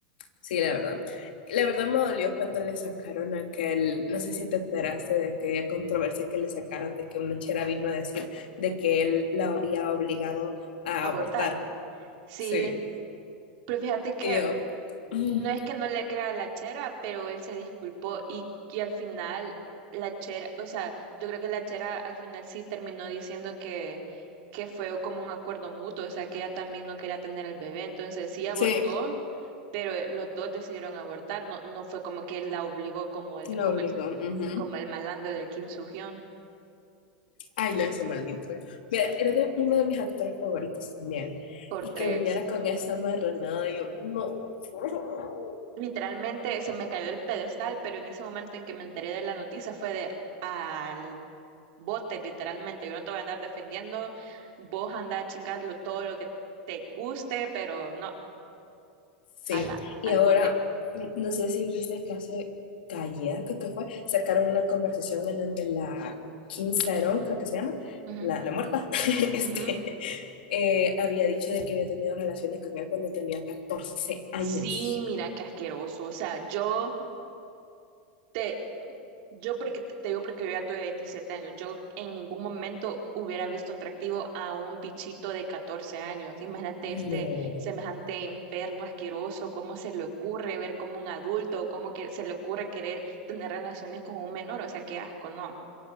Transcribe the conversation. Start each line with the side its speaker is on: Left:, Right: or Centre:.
Left: sí, la verdad. La verdad me dolió cuando le sacaron aquel, no sé si te enteraste de aquella controversia que le sacaron de que una chera vino a decir de que él la había obligado a
Right: Abortar.
Left: abortar.
Right: Sí,
Left: Sí.
Right: pero fíjate que
Left: Y yo, <clears throat> mm,
Right: no es que no le crea a la chera, pero él se disculpó y, y al final la chera, o sea, yo creo que la chera al final sí terminó diciendo que, que fue como un acuerdo mutuo, o sea, que ella también no quería tener al bebé, entonces sí abortó,
Left: sí,
Right: pero eh, los dos decidieron abortar, no, no fue como que él la obligó como el,
Left: lo
Right: como
Left: obligó.
Right: el,
Left: ujú.
Right: como el malandro del Kim Soo-hyun
Left: Ay, no, ese maldito. Mira, era de uno de mis actores favoritos también.
Right: por
Left: Y
Right: tres.
Left: que viniera con esa marranada, yo, no, por favor.
Right: Literalmente se me cayó el pedestal, pero en ese momento en que me enteré de la noticia fue de al bote, literalmente. Yo no te voy a andar defendiendo, vos andá a chingarlo todo lo que te guste, pero no,
Left: Sí,
Right: a la, al
Left: y ahora,
Right: bote.
Left: n- no sé si viste que hace, que ayer, creo que fue, sacaron una conversación en donde la Kim Saeron, creo que se llama,
Right: Ujú,
Left: la, la muerta, <laughs> este,
Right: ujú.
Left: eh, había dicho de que había tenido relaciones con él cuando tenía 14 años.
Right: Sí, mira qué asqueroso. O sea, yo te, Yo porque te digo porque yo ya tuve 27 años, yo en ningún momento hubiera visto atractivo a un bichito de 14 años. Imagínate
Left: No.
Right: este semejante enfermo, asqueroso, cómo se le ocurre ver como un adulto, o cómo que se le ocurre querer tener relaciones con un menor, o sea, qué asco, ¿no?